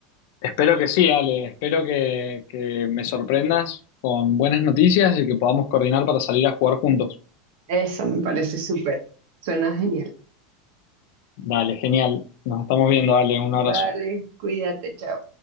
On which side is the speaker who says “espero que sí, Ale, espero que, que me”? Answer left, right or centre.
Left